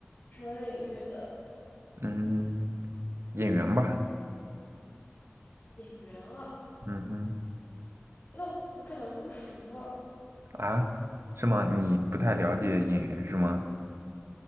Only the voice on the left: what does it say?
什么领域的
演员啊？
那我可能不熟啊，